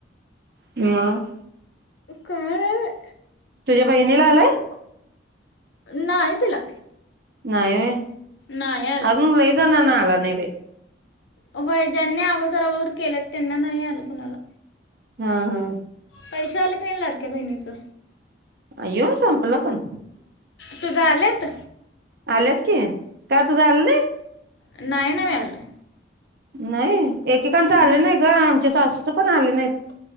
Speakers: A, on the right; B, on the left.
A: म
B: काय नाही बाई
A: बहिणीला आलाय
B: नायी तिला
A: नाही व्हय
B: नाही आलं
A: अजून लई जणांना आला नाही बाई
B: होय ज्यांनी अगोदर अगोदर केल्यात त्यांना नाही आलं कुणाला.
A: हां हां
B: पैस आलं का नाही लाडक्या बहिणीचं
A: येऊन संपल पण
B: तुज आल्यात?
A: आल्यात की. का तुज आलं नाही?
B: नाही नव्हे आलं.
A: नाही. एकेकांचं
B: न-
A: आलं नाही ग आमच्या सासूचं पण आलं नाहीत.